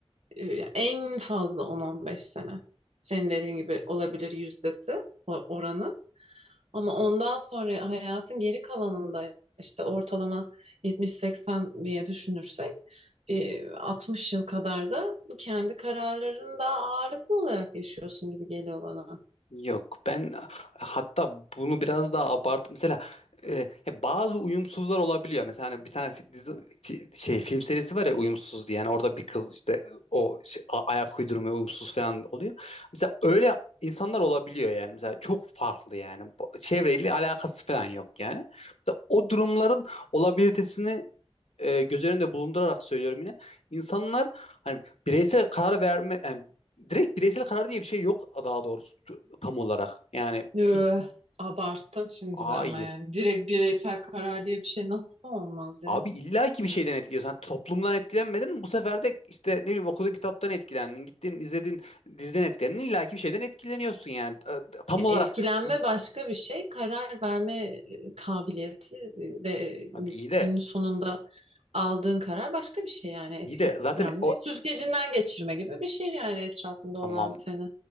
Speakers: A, on the right (about 80°); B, on the left (about 80°).
A: e, en fazla on on beş sene senin dediğin gibi olabilir yüzdesi o- oranı. Ama ondan sonra hayatın geri kalanında işte ortalama 70-80 diye düşünürsek e, 60 yıl kadar da kendi kararlarını da ağırlıklı olarak yaşıyorsun gibi geliyor bana.
B: Yok ben hatta bunu biraz daha abart mesela e, ya bazı uyumsuzlar olabiliyor. Mesela hani bir tane fi- dizi fi- şey film serisi var ya uyumsuz diye. Yani orada bir kız işte o şey, a- ayak uydurma uyumsuz falan oluyor. Mesela öyle insanlar olabiliyor yani. Mesela çok farklı yani. Bu- Çevreyle alakası falan yok yani. Mesela o durumların olabilitesini e, göz önünde bulundurarak söylüyorum yine. İnsanlar hani bireysel karar verme yani direkt bireysel karar diye bir şey yok daha doğrusu tam olarak. Yani
A: Üh,
B: i-
A: abarttın şimdi
B: hayır.
A: de ama yani direkt bireysel karar diye bir şey nasıl olmaz ya?
B: Abi illa ki bir şeyden etkiliyorsun. Hani toplumdan etkilenmedin bu sefer de işte ne bileyim okuduğun kitaptan etkilendin. Gittin izledin diziden etkilendin. İlla ki bir şeyden etkileniyorsun yani. E, Tam olarak
A: Etkilenme başka bir şey, karar verme e, kabiliyeti de
B: Hani iyi de
A: günün sonunda aldığın karar başka bir şey yani etkilenme.
B: iyi de zaten o
A: Süzgecinden geçirme gibi bir şey yani etrafında olan
B: tamam
A: biteni.